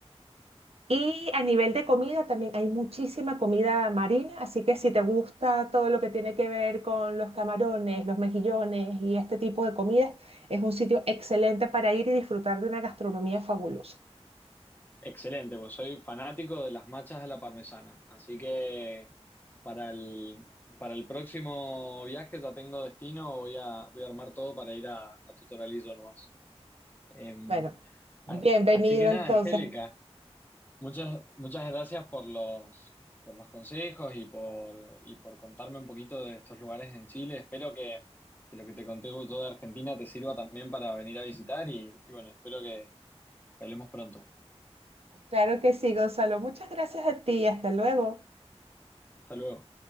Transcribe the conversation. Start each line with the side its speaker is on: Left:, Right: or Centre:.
Right: Y a nivel de comida también hay muchísima comida marina, así que si te gusta todo lo que tiene que ver con los camarones, los mejillones y este tipo de comidas, es un sitio excelente para ir y disfrutar de una gastronomía fabulosa.
Left: Excelente, pues soy fanático de las machas a la parmesana. Así que para el, para el próximo viaje ya tengo destino, voy a, voy a armar todo para ir a, a Totoralillo nomás. Eh,
Right: Bueno, bienvenido
Left: a- así que
Right: entonces.
Left: nada, Angélica, muchas, muchas gracias por los, por los consejos y por, y por contarme un poquito de estos lugares en Chile. Espero que, que lo que te conté todo de Argentina te sirva también para venir a visitar y, y bueno, espero que que hablemos pronto.
Right: Claro que sí, Gonzalo. Muchas gracias a ti. Hasta luego.
Left: Hasta luego.